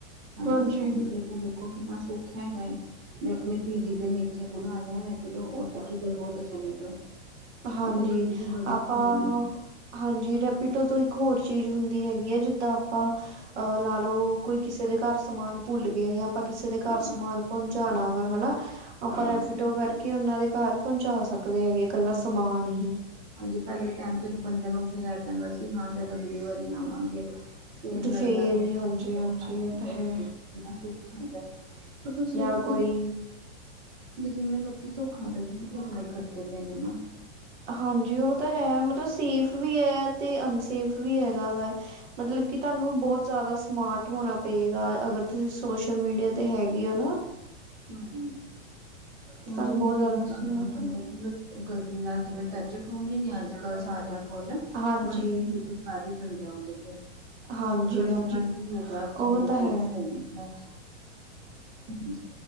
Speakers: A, on the right; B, on the right.
A: ਹਨਾ
B: ਹਾਂਜੀ
A: ਤੇ ਉ ਲੋਕਾਂ ਨੂੰ ਦੇਖੋ ਕਿੰਨਾ ਸੋਖਾ ਹੈਗਾ ਏ। ਵੀ ਆਪਣੇ ਪੀ ਜੀ ਦੇ ਨੀਚੇ ਬੁਲਾ ਲਿਆ ਰੈਪੀਡੋ ਔਟੋ ਪੇ ਕਰੋ ਤੇ ਚਲੇ ਜਾਓ।
B: ਹਾਂਜੀ,
A: ਔਰ ਰੇਟ ਵੀ ਬੜੇ
B: ਆਪਾਂ
A: ਹੈਗੇ ਨੇ
B: ਹਾਂਜੀ, ਰੈਪੀਟੋ ਤੋਂ ਇੱਕ ਹੋਰ ਚੀਜ਼ ਹੁੰਦੀ ਹੈਗੀ ਐ ਜਿੱਦਾਂ ਆਪਾਂ ਅ ਲਾ ਲਓ ਕੋਈ ਕਿਸੇ ਦੇ ਘਰ ਸਮਾਨ ਭੁੱਲ ਗਿਆਂ ਜਾਂ ਆਪਾਂ ਕਿਸੇ ਦੇ ਘਰ
A: ਹਾਂ-ਹਾਂ,
B: ਘਰ ਸਮਾਨ ਪਹੁੰਚਾਣਾ
A: ਹਾਂ
B: ਵਾ ਹਨਾ, ਆਪਾਂ ਰੈਪੀਟੋ
A: ਹਾਂ ਸਹੀ
B: ਕਰਕੇ
A: ਗੱਲ ਏ।
B: ਉਹਨਾਂ ਦੇ ਘਰ ਪਹੁੰਚਾ ਸਕਦੇ ਹੈਗੇ ਇਕੱਲਾ ਸਮਾਨ ਹੀ।
A: ਜੀ ਪਹਿਲੇ ਟਾਈਮ ਜਦੋਂ ਬੰਦੇ ਨੂੰ ਫਿਰ ਇਹ ਕਹਿੰਦਾ ਸੀ ਹਾਂ ਜਦ ਅਗਲੀ ਵਾਰੀ ਆਵਾਂਗੇ ਫਿਰ ਲੈਲਾ
B: ਤੇ ਫੇਰ
A: ਗੇ
B: ਹੀ
A: <unintelligible>
B: ਹਾਂਜੀ ਹਾਂਜੀ ਇਹ ਤਾਂ ਹੈ
A: ਕਿੰਨਾ ਸੁਖ ਹੈਗਾ ਏ, ਪਰ ਤੁਸੀਂ
B: ਜਾਂ
A: ਇੱਕ
B: ਕੋਈ
A: ਵੀ ਜਿਵੇਂ ਲੋਕੀ ਧੋਖਾਧੜੀ ਵੀ ਤੇ ਬੜੇ ਕਰਦੇ ਪਏ ਨੇ ਨਾ।
B: ਹਾਂਜੀ, ਉ ਤਾਂ ਹੈ ਮਤਲਬ ਸੇਫ ਵੀ ਹੈ। ਤੇ ਅਨਸੇਫ ਵੀ ਹੈਗਾ ਵਾ ਮਤਲਬ ਕਿ ਤੁਹਾਨੂੰ ਬਹੁਤ ਜ਼ਿਆਦਾ ਸਮਾਰਟ ਹੋਣਾ ਪਏਗਾ ਅਗਰ ਤੁਸੀਂ ਸੋਸ਼ਲ ਮੀਡੀਆ ਤੇ ਹੈਗੇ ਓ ਨਾ
A: ਹੂੰ। ਹੁਣ
B: ਤੁਹਾਨੂੰ
A: ਜਿਵੇਂ
B: ਬਹੁਤ
A: ਲਿੰਕ
B: ਜ਼ਿਆਦਾ ਸਮਾਰਟ
A: ਆਣੇ ਨੇ <unintelligible>
B: ਹੋਣਾ
A: ਗ਼ਲਤੀ ਨਾਲ ਕਿਵੇਂ ਟੱਚ ਫੋਨ ਹੀ ਨੇ ਅੱਜ-ਕੱਲ ਸਾਰਿਆਂ ਕੋਲ
B: ਹਾਂਜੀ
A: ਬੰਦੇ ਸਾਰੇ ਹੀ ਦਿੰਦੇ ਆ ਉਹਦੇ ਤੇ <unintelligible>
B: ਹਾਂਜੀ
A: ਗਲਤੀ
B: ਹਾਂਜੀ
A: ਨਾਲ ਹੀ ਹੋ ਗਿਆ
B: ਉਹ
A: ਮੈਂ
B: ਤਾਂ ਹੈ
A: <unintelligible>